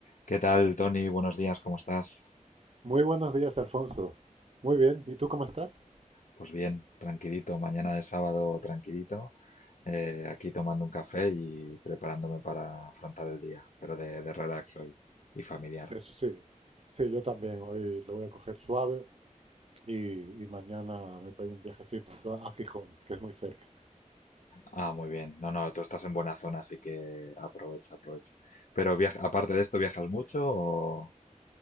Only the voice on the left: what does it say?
¿Qué tal, Tony? Buenos días, ¿cómo estás?
Pues bien, tranquilito, mañana de sábado tranquilito, eh, aquí tomando un café y preparándome para afrontar el día, pero de, de relax hoy y familiar.
Ah, muy bien. No, no, tú estás en buena zona, así que aprovecha, aprovecha. Pero viaja, aparte de esto, ¿viajas mucho o,